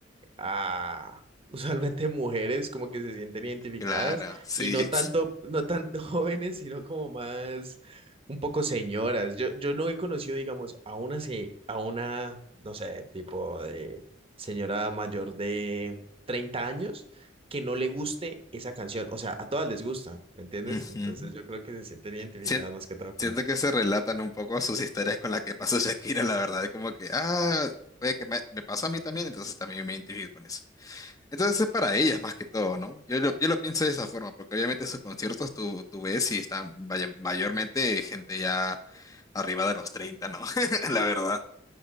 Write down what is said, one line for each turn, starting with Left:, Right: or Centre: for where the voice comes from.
Right: a <laughs> usualmente mujeres como que se sienten identificadas
Left: Claro, sí.
Right: y no tanto, no tanto <laughs> jóvenes, sino como más un poco señoras. Yo, yo no he conocido, digamos, a una, se- a una, no sé, tipo de señora mayor de 30 años que no le guste esa canción. O sea, a todas les gusta, ¿me entiendes?
Left: Ujú.
Right: Entonces yo creo que se sienten identificadas
Left: Sien-
Right: más que todo con
Left: Siento
Right: él.
Left: que se relatan un poco sus historias con las que pasó Shakira, la verdad. Es como que, ah, puede que me, me pasó a mí también, entonces también me identifico con eso. Entonces es para ellas más que todo, ¿no? Yo lo, yo lo pienso de esa forma, porque obviamente sus conciertos tú, tú ves y están vaya- mayormente gente ya arriba de los treinta ¿no? <laughs> La verdad.